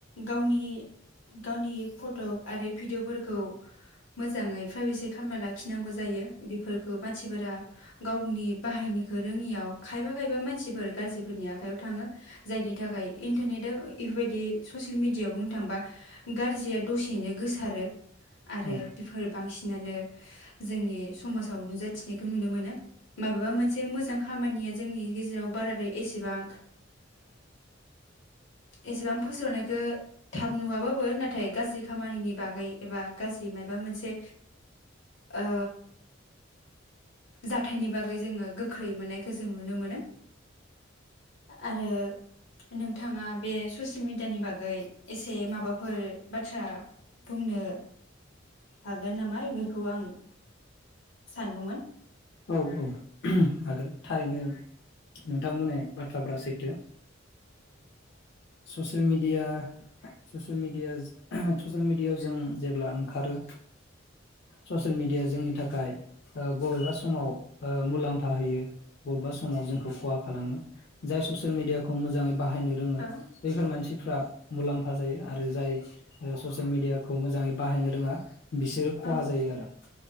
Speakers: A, on the left; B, on the left.
A: गावनि-गावनि फट' आरो भिडिअ'फोरखौ मोजाङै प्राइभेसि खालामना लाखिनांगौ जायो बेफोरखौ मानसिफोरा गावनि बाहायनोखौ रोङियाव खायफा खायबा मानसिफोर गाज्रिफोरनि आखायाव थाङो जायनि थाखाय इन्टारनेटआव इफोरबायदि ससियेल मेडियाआव बुंनो थाङोबा गाज्रिया दसेैनो गोसारो आरो
B: औ
A: बेफोर बांसिनानो जोंनि समाजाव नुजाथिनायखौ नुनो मोनो माबेबा मोनसे मोजां खामानिया जोंनि गेजेराव बाराद्राय एसेबां एसेबां फोसावनायखौ थाब नुवाबाबो नाथाय गाज्रि खामानिनि बागै एबा गाज्रि माबा मोनसे ओ जाथायनि बागै जोङो गोख्रै मोननायखौ जों नुनो मोनो आरो नोंथाङा बे ससियेल मिेडियानि बागै एसे माबाफोर बाथ्रा बुंनो हागोन नामा बेखौ आं सानदोंमोन
B: औ-औ हागोन थारैनो नोंथांमोनहा बाथ्राफ्रा सैथो ससियेल ओ मिडिया सयेल मिडिया ससियेल मिडियाायाव जों जेब्ला ओंखारो ससियेल मिडिया जोंनि थाखाय ओ बबेबा समाव ओ मुलाम्फा होयो बबेबा समाव जोंखौ खहा खालामो जाय ससियेल मिडियाखौ मोजाङै बाहाय बाहायनो रोङो
A: औ
B: बेैफोर मानसिफ्रा मुलाम्फा जायो आरो जाय ससियेल मिडियाखौ मोजाङै बाहायनो रोङा बिसोर खहा
A: औ
B: जायो आरो